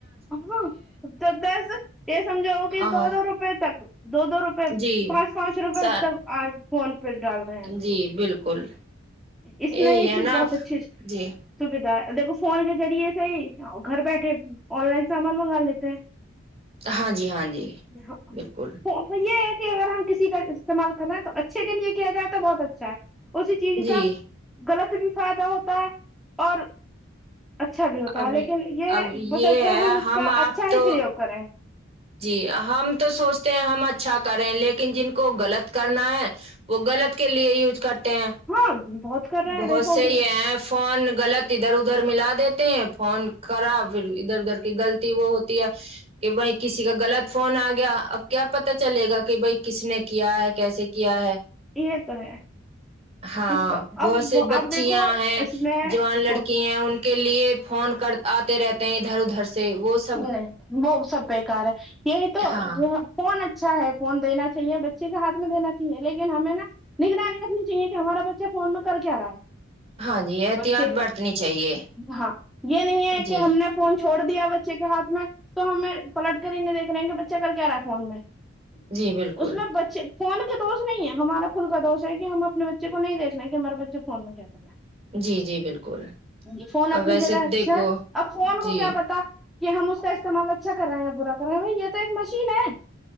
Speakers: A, in the centre; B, on the right.
A: ہاں تو دس یہ سمجھاؤ کہ
B: ہاں
A: دو دو روپے تک دو دو رو پے
B: جی
A: پانچ پانچ روپے
B: سر
A: تک آج فون پہ ڈال رہے ہیں آج
B: جی
A: تو
B: بالکل
A: اس
B: یہی
A: میں یہ
B: ہے
A: چیز
B: نا
A: بہت
B: آپ
A: اچھی چ
B: جی
A: سویدھا ہے دیکھو فون کے ذریعے سے ہی گھر بیٹھے آن لائن سامان منگالے
B: ہاں جی ہاں جی
A: <unintelligible>
B: بالکل
A: وہ یہ ہے کہ اگر ہم کسی کا استعمال کریں ہیں تو اچھے کے لیے کیا جائے تو بہت اچھا ہے چیز
B: جی
A: کا غلط بھی فائدہ ہوتا ہے اور اچھا بھی ہوتا
B: اب
A: ہے لیکن یہ
B: اب
A: بسلتے
B: ہے
A: ہم اس کا
B: آپ
A: اچھا
B: تو
A: ہی پرریوگ کریں
B: جی ہم تو سوچتے ہیں ہم اچھا کریں لیکن جن کو غلط کرنا ہے وہ غلط کے لیے یوز کرتے ہیں
A: ہاں بہت کر رہے
B: بہت
A: ہیں دیکھو
B: سے یہ ایپس فون غلط ادھر ادھر ملا دیتے ہیں فون خراب پھر ادھر ادھر کی غلطی وہ ہوتی ہے کہ بھائی کسی کا غلط فون آ گیا اب کیا پتا چلے گا کہ بھائی کس نے کیا ہے کیسے کیا ہے
A: یہ تو ہے
B: ہاں
A: جس کا
B: بہت
A: اب
B: سے
A: آپ
B: بچیاں
A: دیکھو
B: ہیں
A: اس میں
B: جوان لڑکی ہیں ان کے لیے فون کر آتے رہتے ہیں ادھر ادھر سے وہ س
A: نہیں وہ سب بیکار ہے یہی تو
B: ہاں
A: فون اچھا ہے فون دینا چاہیے بچے کا ہاتھ میں دینا چاہیے لیکن ہمیں نا نگرانی رکھنی چاہیے کہ ہمارا بچہ فون میں کر کے رہا ہے
B: ہاں جی احتیاط
A: بچے
B: برتنی چاہیے
A: ہاں یہ نہیں ہے
B: جی
A: کہ ہم نے فون چھوڑ دیا بچے کے ہاتھ میں تو ہمیں پلٹ کر ہی نہیں دیکھ رہے ہیں کہ بچہ کر کیا رہا ہے فون میں
B: جی بالکل
A: اس میں بچے فون کے دوش نہیں ہے ہمارا خود کا دوش ہے کہ ہم اپنے بچ چے کو نہیں دیکنا کہ ہمارا بچہ فون میں کیا کر رہ ہے
B: جی جی بالکل
A: ج فون
B: اور
A: اپنی
B: ویسے
A: جگہ اچھا
B: دیکھو
A: ہے اب فون
B: جی
A: کو کیا پتا کہ ہم اس کا استعمال اچھا کر رہے ہیں برا کر رہے ہیں بھائی یہ تو ایک مشین ہے